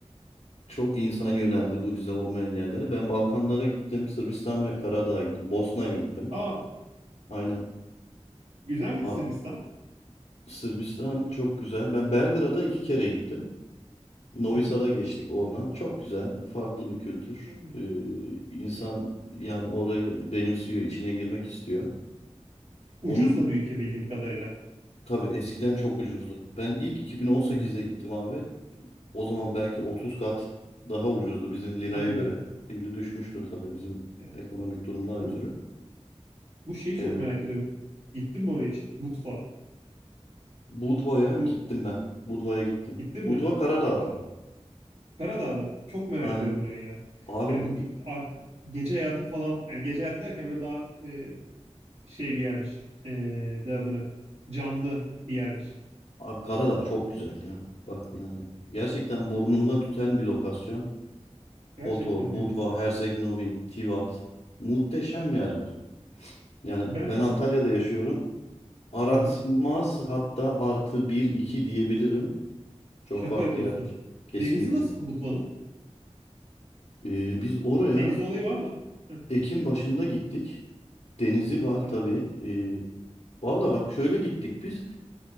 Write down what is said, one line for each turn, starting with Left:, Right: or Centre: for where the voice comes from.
Left: çok insan yöneldi bu vize olmayan yerlere. Ben Balkanlara gittim. Sırbistan ve Karadağ'a gittim. Bosna'ya gittim.
Right: Aa,
Left: Aynen.
Right: güzel miydi
Left: Aa,
Right: Sırbistan?
Left: Sırbistan çok güzel. Ben Belgrad'a iki kere gittim. Novi
Right: Hı hı.
Left: Sad'a geçtik oradan. Çok güzel. Farklı bir kültür.
Right: Hmm.
Left: Ee, insan yani orayı benimsiyor, içine girmek istiyor. Onun
Right: Ucuz da bir ülke bildiğim kadarıyla.
Left: tabii eskiden çok ucuzdu. Ben ilk 2018'de
Right: Hmm.
Left: gittim abi. O zaman belki 30 kat daha ucuzdu bizim liraya
Right: Hadi ya.
Left: göre. Şimdi düşmüştür tabii bizim
Right: Ya.
Left: ekonomik durumdan ötürü.
Right: Bu bu şeyi
Left: Evet.
Right: çok merak ediyorum. Gittin mi oraya hiç? Butva.
Left: Budva'ya
Right: Bu
Left: gittim ben. Budva'ya gittim.
Right: gittin mi?
Left: Budva Karadağ'da.
Right: Aa, Karadağ'da. Çok merak
Left: Aynen.
Right: ediyorum orayı ya.
Left: Abi,
Right: Yani bu ge- ar- gece hayatı falan yani gece hayatı derken böyle daha e, şey bir yermiş. E, de adını. Canlı bir yermiş.
Left: abi Karadağ çok güzel ya. Bak yani gerçekten burnumda tüten bir lokasyon.
Right: Gerçekten
Left: Kotor,
Right: mi
Left: Budva,
Right: ya?
Left: Herceg-Novi, Tivat. Muhteşem yerler. Yani
Right: Ben
Left: ben Antalya'da yaşıyorum. Aratmaz
Right: hı hı.
Left: hatta artı bir iki diyebilirim. Çok
Right: Şaka
Left: farklı
Right: yapıyorsun.
Left: yerler. Kesinlikle.
Right: Denizi nasıl Butva'nın?
Left: Ee, biz oraya
Right: Deniz olayı var mı? Hı
Left: Ekim başında gittik. Denizi var
Right: hı.
Left: tabii. Ee, valla bak şöyle gittik biz.